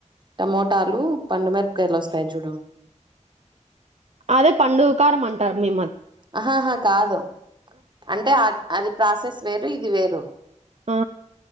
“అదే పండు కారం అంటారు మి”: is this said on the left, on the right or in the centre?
Right